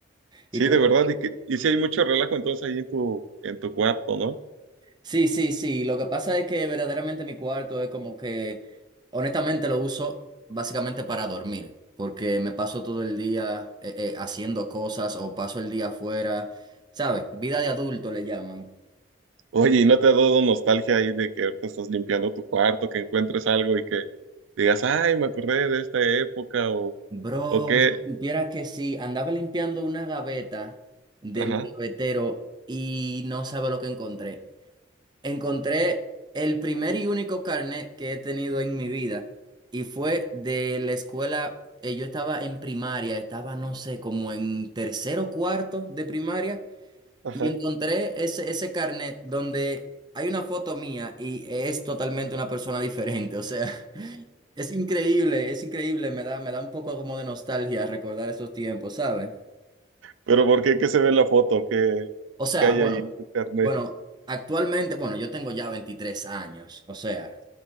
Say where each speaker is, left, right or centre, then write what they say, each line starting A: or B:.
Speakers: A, on the right; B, on the right.
A: Sí,
B: ¿Y tú?
A: de verdad, y, que- y sí hay mucho relajo entonces ahí en tu, en tu cuarto, ¿no?
B: Sí, sí, sí. Lo que pasa es que verdaderamente mi cuarto es como que, honestamente, lo uso básicamente para dormir, porque me paso todo el día eh, eh, haciendo cosas o paso el día afuera, ¿sabes? Vida de adulto le llaman.
A: Oye, ¿y no te ha dado nostalgia ahí de que te estás limpiando tu cuarto, que encuentres algo y que digas, ay, me acordé de esta época o,
B: Bro,
A: o qué?
B: si supieras que sí, andaba limpiando una gaveta de
A: Ajá,
B: mi gavetero y no sabe lo que encontré. Encontré el primer y único carnet que he tenido en mi vida y fue de la escuela, eh, yo estaba en primaria, estaba no sé, como en tercero o cuarto de primaria
A: ajá.
B: y encontré ese, ese carnet donde hay una foto mía y es totalmente una persona diferente, o sea, <laughs> es increíble, es increíble, me da, me da un poco como de nostalgia recordar esos tiempos, ¿sabes?
A: Pero ¿por qué? ¿Qué se ve en la foto? ¿Qué,
B: O sea,
A: qué hay
B: bueno,
A: ahí en tu carnet?
B: bueno, actualmente, bueno, yo tengo ya 23 años, o sea.